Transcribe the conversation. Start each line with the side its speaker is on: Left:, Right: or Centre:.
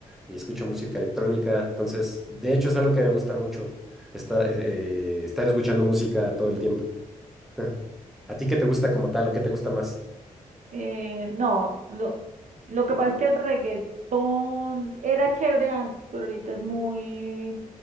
Centre: y escucho música electrónica. Entonces, de hecho es algo que me gusta mucho, esta- eh, eh, estar escuchando música todo el tiempo. <laughs> ¿A ti qué te gusta como tal o qué te gusta más?
Right: Eh, no, lo, lo que pasa es que el reggaetón era chévere antes, pero ahorita es muy,